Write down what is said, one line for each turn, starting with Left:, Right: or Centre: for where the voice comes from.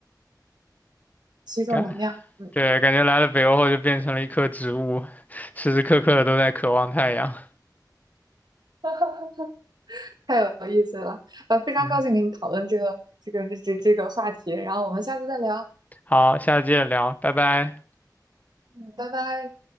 Right: 吸收能量。
Left: 感，
Right: 嗯，
Left: 对，感觉来了北欧后就变成了一棵植物，时时刻刻的都在渴望太阳。
Right: <laughs> 太有意思了，呃，非常高兴跟你讨论这个这个这这这个话题，
Left: 嗯，
Right: 然后我们下次再聊，
Left: 好，下次接着聊，拜拜。
Right: 嗯拜拜。